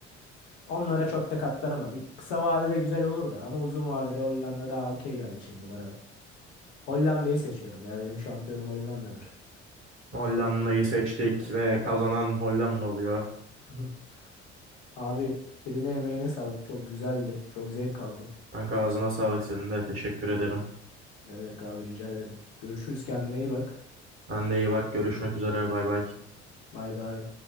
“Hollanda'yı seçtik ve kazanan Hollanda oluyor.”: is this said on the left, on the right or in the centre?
Right